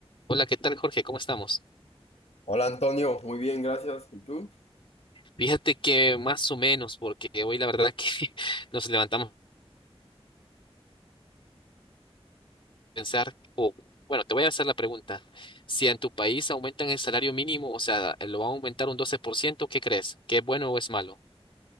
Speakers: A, on the left; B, on the left.
A: Hola, ¿qué tal, Jorge? ¿Cómo estamos?
B: Hola Antonio, muy bien, gracias. ¿Y tú?
A: Fíjate que más o menos, porque hoy la verdad que <laughs> nos levantamos a pensar, o bueno, te voy a hacer la pregunta, si en tu país aumentan el salario mínimo, o sea, eh, lo van a aumentar un 12%, ¿qué crees? ¿Qué es bueno o es malo?